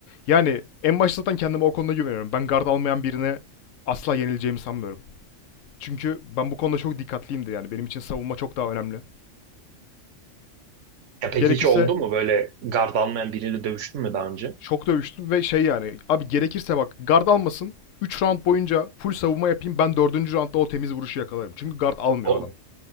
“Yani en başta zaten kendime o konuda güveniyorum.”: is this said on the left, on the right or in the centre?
Left